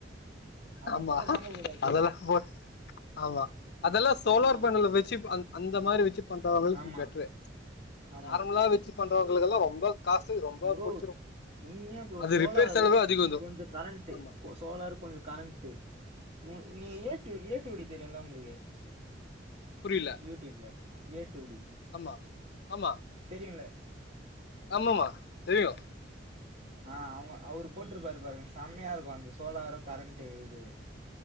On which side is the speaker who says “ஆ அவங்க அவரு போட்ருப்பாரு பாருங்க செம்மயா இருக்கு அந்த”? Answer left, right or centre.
Right